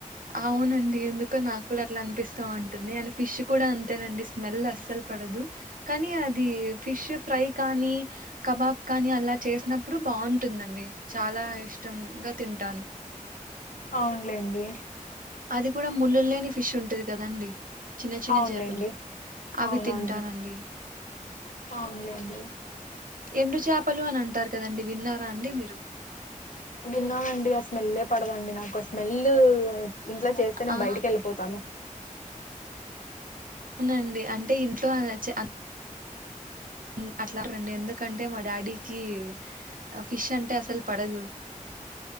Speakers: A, on the right; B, on the left.
A: ఆవునండి. ఎందుకో నాకు కూడా అట్లా అనిపిస్తా ఉంటుంది. అండ్ ఫిష్ కూడా అంతేనండి. స్మెల్ అస్సలు పడదు. కానీ అది ఫిష్ ఫ్రై కానీ కబాబ్ కానీ అలా చేసినప్పుడు బాగుంటుందండి. చాలా ఇష్టంగా తింటాను.
B: అవునులేండి.
A: అది కూడా ముళ్ళు లేని ఫిష్ ఉంటది కదండి. చిన్న చిన్న
B: అవునులేండి
A: చేపలు అవి
B: అవునండి
A: తింటానండి.
B: అవునులేండి
A: ఎండు చేపలు అని అంటారు. కదండి. విన్నారా అండి మీరు
B: విన్నానండి ఆ స్మెల్లే పడదండి. నాకు స్మెల్లు ఇంట్లో చేస్తే నేను
A: ఆ
B: బయటికి వెళ్ళిపోతాను.
A: అండి అంటే ఇంట్లో అని అచ్ ఉమ్ అట్లా రండి. అందర్ ఎందుకంటే మా డాడీకి ఆ ఫిష్ అంటే అస్సలు పడదు.